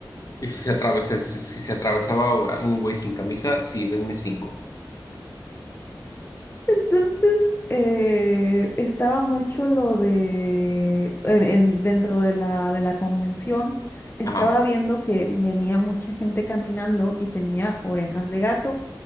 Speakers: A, on the left (about 50°); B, on the left (about 25°).
A: Y si se atravesa, si, si se atravesaba un güey sin camisa, sí, denme cinco.
B: Entonces, eh, estaba mucho lo de, en- en- dentro de la, de la convención, estaba
A: Ajá.
B: viendo que venía mucha gente caminando y tenía orejas de gato,